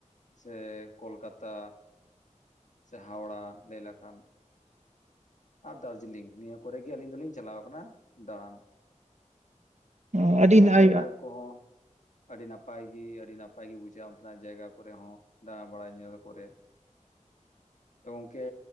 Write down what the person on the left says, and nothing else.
ᱥᱮ ᱠᱳᱞᱠᱟᱛᱟ ᱥᱮ ᱦᱟᱣᱲᱟ ᱞᱟᱹᱭ ᱞᱮᱠᱷᱟᱱ᱾ ᱟᱨ ᱫᱟᱨᱡᱤᱞᱤᱝ ᱱᱤᱭᱟᱹ ᱠᱚᱨᱮ ᱜᱮ ᱟᱹᱞᱤᱧ ᱫᱚᱞᱤᱧ ᱪᱟᱞᱟᱣ ᱠᱟᱱᱟ ᱫᱟᱬᱟᱱ᱾
ᱚᱱᱛᱮᱱᱟᱜ
ᱡᱟᱭᱜᱟ ᱠᱚᱦᱚᱸᱼᱼ ᱟᱹᱰᱤ ᱱᱟᱯᱟᱭ ᱜᱤ ᱟᱹᱰᱤ ᱱᱟᱯᱟᱭ ᱜᱤ ᱵᱩᱡᱷᱟᱹᱜ-ᱟ ᱚᱱᱛᱮᱱᱟᱜ ᱡᱟᱭᱜᱟ ᱠᱚᱨᱮ ᱦᱚᱸ ᱫᱟᱬᱟ ᱵᱟᱲᱟᱭ ᱧᱮᱞ ᱠᱚᱨᱮᱼᱼ
ᱛᱚ ᱜᱚᱝᱠᱮ